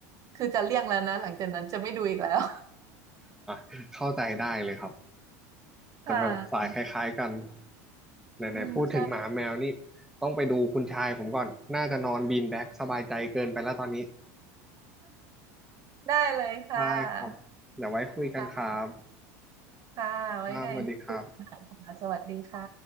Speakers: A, on the right; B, in the centre.
A: คือจะเลี่ยงแล้วนะหลังจากนั้นจะไม่ดูอีกแล้ว
B: <laughs> เข้าใจได้เลยครับ
A: <laughs> ค่ะ
B: จะแบบสายคล้ายๆกันไหนๆพูดถึงหมาแมวนี่
A: อืมใช่
B: ต้องไปดูคุณชายผมก่อนน่าจะนอนบีนแบ็กสบายใจเกินไปแล้วตอนนี้
A: ได้เลยค่ะ
B: ได้ครับเดี๋ยวไว้คุยกันครับ
A: ค่ะ ค่ะไว้ไงคุยกันค่ะสวัสดีค่ะ
B: ครับสวัสดีครับ